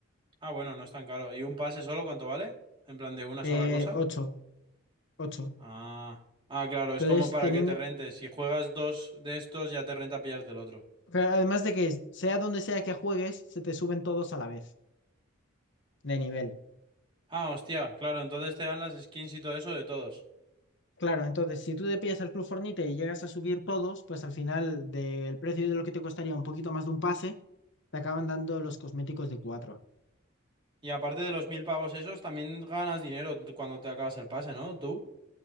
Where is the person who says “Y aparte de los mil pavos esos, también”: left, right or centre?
Right